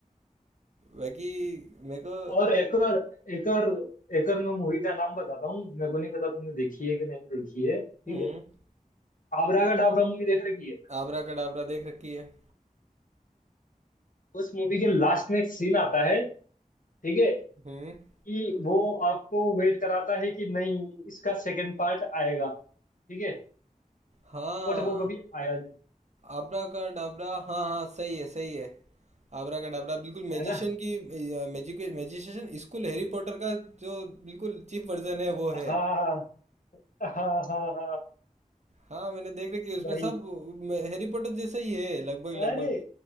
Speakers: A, on the right; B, on the left.
A: बाकी मेरे को
B: और एकर एकर एकर मैं मूवी का नाम बताता हूँ मेरे को नहीं पता तुमने देखी है कि नहीं देखी है ठीक
A: हम्म
B: है आबरा का डाबरा मूवी देख रखी है
A: आबरा कडाबरा देख रखी है
B: उस मूवी के लास्ट में एक सीन आता है ठीक है
A: हम्म
B: कि वो आपको वेट कराता है कि नहीं इसका सेकंड पार्ट आएगा ठीक है
A: हाँ
B: बट वो कभी आया नहीं
A: आबरा का डाबरा हाँ हाँ सही है सही है आबरा का डाबरा बिल्कुल
B: है
A: मैजिशियन
B: ना
A: की मैजिशियन स्कूल हैरी पॉटर का जो बिल्कुल चीप वर्जन है वो है
B: हाँ हाँ हाँ हाँ
A: हाँ मैंने देख रखी है उसमें
B: वही
A: सब हैरी पॉटर जैसा ही है लगभग लगभग
B: अरे